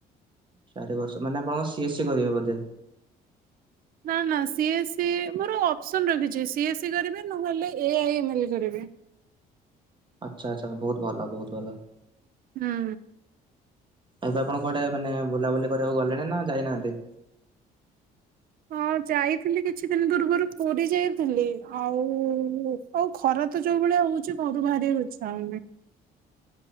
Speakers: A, on the right (about 30°); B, on the right (about 60°).
A: ଚାରି ବର୍ଷ ମାନେ ଆପଣଙ୍କ ସିଏସ୍ ସ କରିବେ ବୋଧେ-
B: ନା ନା ସିଏସ୍ ସ ମୋର ଅପସନ ରଖିଛି ସି ଏସ୍ ସ କରିବେ ନହେଲେ ଏଇ କରିବେ-
A: ଆଚ୍ଛା ଆଚ୍ଛା ବହୁତ ଭଲ ବହୁତ ଭଲ-
B: ହୁଁ।
A: ଏବେ ଆପଣ କୁଆଡେ ମାନେ ବୁଲାବୁଲି କରିବାକୁ ଗଲେଣି ନା ଯାଇନାହାନ୍ତି-
B: ହଁ ଯାଇଥିଲି କିଛି ଦିନ ପୂର୍ବରୁ ପୁରୀ ଯାଇଥିଲି ଆଉ ଆଉ ଖରା ତ ଯୋଉ ଭଳିଆ ହଉଛି ଘରୁ ବାହାରି ଅଇଛ ଆଉନି-